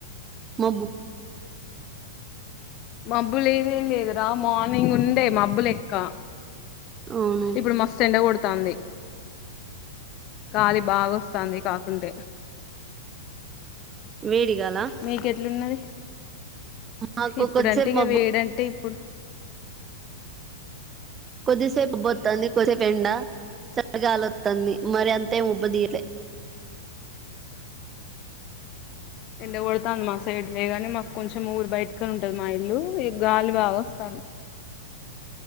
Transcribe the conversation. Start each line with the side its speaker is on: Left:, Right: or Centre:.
Right: అబ్బో
Left: మబ్బులేదు ఏం లేదురా మార్నింగ్ ఉండే మబ్బులెక్క
Right: అవును
Left: ఇప్పుడు మస్తు ఎండ కొడుతాంది గాలి బాగొస్తోందికాకుంటే
Right: వేడిగాల
Left: మీకు ఎట్లున్నది
Right: మాకు
Left: ఇప్పుడంటే
Right: కొద్దిసేపు
Left: ఇక
Right: మబ్బు
Left: వేడంటే ఇప్పుడు
Right: కొద్దిసేపు మబ్బోత్తంది కొద్దిసేపు ఎండ చల్లగాలి వత్తంది మరీ అంతేమి ఉబ్బదియ్యాలే
Left: ఎండ కొడతాంది మా సైడ్ లేగాని మాకు కొంచెం ఊరు బయటకని ఉంటది మా ఇల్లు గాలి బాగా వస్తాంది
Right: <inaudible>